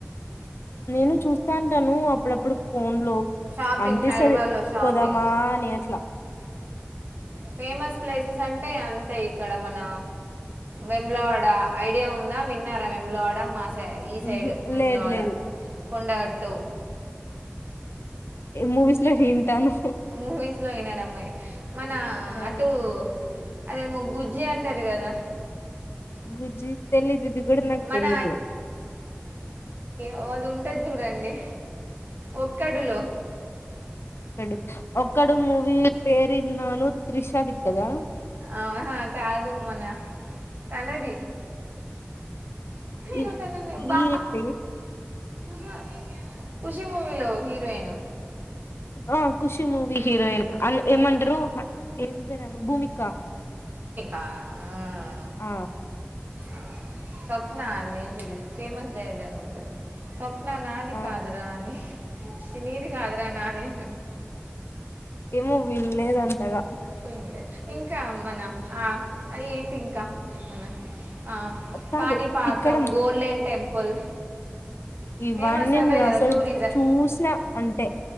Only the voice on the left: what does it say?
నేను చూస్తా వుంటాను అప్పుడప్పుడు ఫోన్ లో
అనిపిస్తుది
పోదామాని అట్లా
హుహు.
లేదు లేదు.
మూవీస్ లో వింటాను
ఆ!
గుజ్జి తెలిదు ఇది కూడా నాకు
తెలీదు
డు ఒక్కడు మూవీ పేరువిన్నాను త్రిషది ఇ కదా
ఈ
ఏంటి
ఆ ఖుషి మూవీ హీరోయిన్ అ యమంటర్రు ఏం పేరు భూమిక
ఆ
ఆ
ఏమో వీల్లేఅంతగా
కాదు
ఇక్కడ
ఇవన్నీ
న
అసలు
చూసినా అంటే